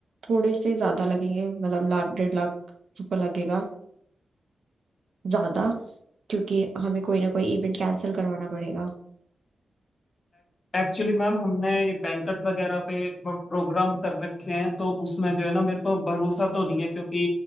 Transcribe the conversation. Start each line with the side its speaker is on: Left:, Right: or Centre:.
Right: थोड़े से ज्यादा लगेंगे मतलब लाख डेढ़ लाख रुपए लगेगा ज्यादा क्योंकि हमें कोई ना कोई इवेंट कैंसिल करवाना पड़ेगा
Left: एक्चुअली मैम हमने ये बैंकट वगैरह पे प्रोग्राम कर रखे हैं तो उसमें जो है ना मेरे को भरोसा तो नहीं है क्योंकि